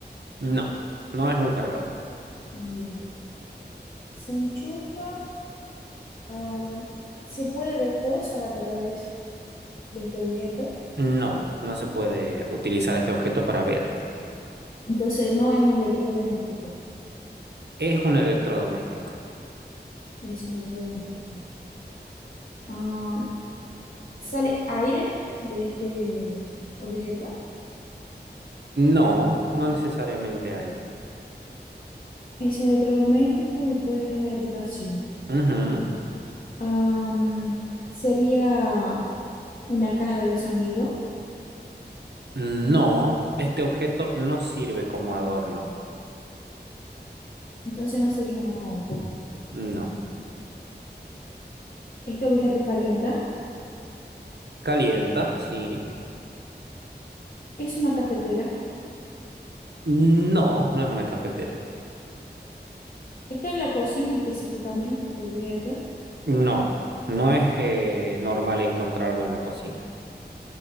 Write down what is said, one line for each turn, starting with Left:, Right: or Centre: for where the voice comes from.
Right: No, no es un cargador.
Left: Bien. Se enchufa, ah, se puede ver cosas a través de este objeto.
Right: No, no se puede utilizar este objeto para ver.
Left: Entonces no es un electrodoméstico,
Right: Es un electrodoméstico.
Left: es un electrodoméstico. Ah, sale aire de este objeto.
Right: No, no necesariamente aire.
Left: Es un electrodoméstico y puede estar en la habitación.
Right: Ujú.
Left: Am, sería una caja de sonido,
Right: No, este objeto no sirve como adorno.
Left: entonces no sería una compu.
Right: No.
Left: Este objeto calienta,
Right: Calienta, sí.
Left: es una cafetera,
Right: No, no es una cafetera.
Left: está en la cocina específicamente este objeto,
Right: No, no es eh, normal encontrarlo en la cocina.